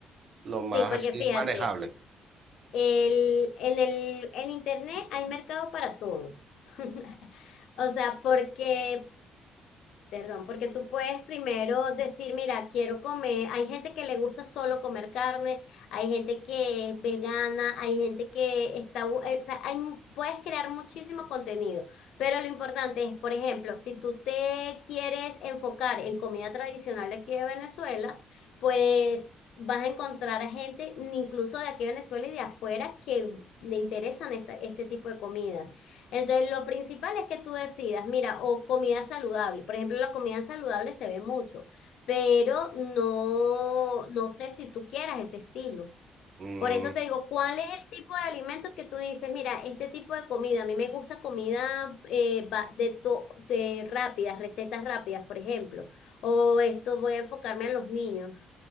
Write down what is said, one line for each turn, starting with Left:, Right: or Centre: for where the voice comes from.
Right: lo más
Left: Sí, porque
Right: así
Left: fíjate,
Right: manejable.
Left: el, en el, en internet hay mercado para todos. <laughs> O sea, porque Perdón, porque tú puedes primero decir, mira, quiero comer, hay gente que le gusta solo comer carne, hay gente que es vegana, hay gente que está, bu- eh, o sea, hay mu- puedes crear muchísimo contenido, pero lo importante es, por ejemplo, si tú te quieres enfocar en comida tradicional de aquí de Venezuela, pues vas a encontrar a gente, incluso de aquí de Venezuela y de afuera, que le interesan esta- este tipo de comidas. Entonces, lo principal es que tú decidas, mira, o comida saludable. Por ejemplo, la comida saludable se ve mucho, pero no, no sé si tú quieras ese estilo.
Right: Mm.
Left: Por eso te digo, ¿cuál es el tipo de alimentos que tú dices? Mira, este tipo de comida, a mí me gusta comida eh, va- de, to- de rápidas, recetas rápidas, por ejemplo. O esto voy a enfocarme a los niños.